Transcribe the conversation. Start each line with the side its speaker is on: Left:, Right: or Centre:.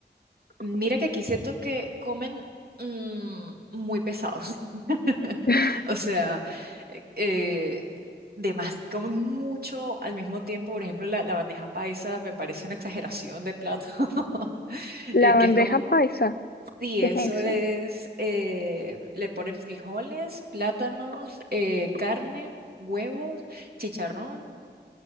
Right: Mira que aquí siento que comen mm, muy pesados. <laughs>
Left: <laughs>
Right: O sea, eh, demas- comen mucho al mismo tiempo. Por ejemplo, la, la bandeja paisa me parece una exageración de plato. <laughs>
Left: La
Right: Eh,
Left: bandeja
Right: que es como,
Left: paisa,
Right: sí,
Left: ¿qué
Right: eso
Left: es eso?
Right: es, eh, le ponen frijoles, plátanos, eh, carne, huevos, chicharrón.